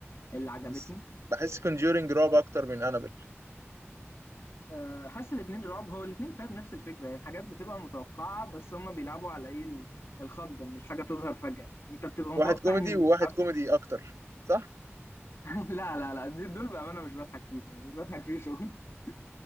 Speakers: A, on the left (about 65°); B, on the right (about 80°).
A: اللي عجبتني
B: بس بحس كونجورينج رعب اكتر من انابل
A: آه، حاسس الاتنين رعب هو الاتنين فيها بنفس الفكرة هي الحاجات بتبقى متوقعة بس هما بيلعبوا على ايه ال- الخضة ان الحاجة تظهر فجأة يعني. انت بتبقى متوقع
B: واحد كوميدي
A: ان
B: وواحد
A: العروس
B: كوميدي اكتر صح
A: <laughs> لا لا لا دي- دول بأمانة مش بضحك فيهم يعني بضحك فيه شوية <laughs>